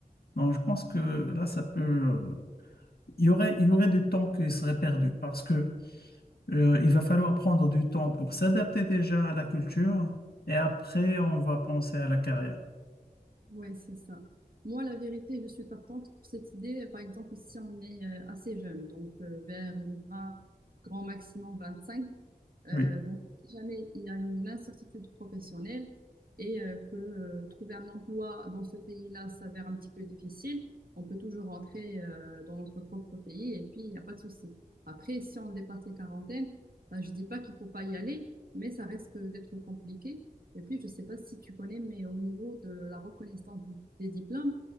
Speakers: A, on the left; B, on the right.
A: Donc, je pense que là, ça peut. euh, Il y aurait, il y aurait du temps qui serait perdu parce que euh, il va falloir prendre du temps pour s'adapter déjà à la culture et après, on va penser à la carrière.
B: Ouais, c'est ça. Moi, la vérité, je suis partante pour cette idée. Par exemple, si on est euh, assez jeune, donc euh, vers les 20, grand maximum 25, euh,
A: Oui,
B: donc si jamais il y a une incertitude professionnelle et euh, que euh, trouver un emploi dans ce pays-là s'avère un petit peu difficile, on peut toujours rentrer euh, dans notre propre pays et puis il n'y a pas de souci. Après, si on dépasse les quarantaines, ben, je dis pas qu'il faut pas y aller, mais ça risque d'être compliqué. Et puis, je ne sais pas si tu connais, mais au niveau de la reconnaissance d- des diplômes,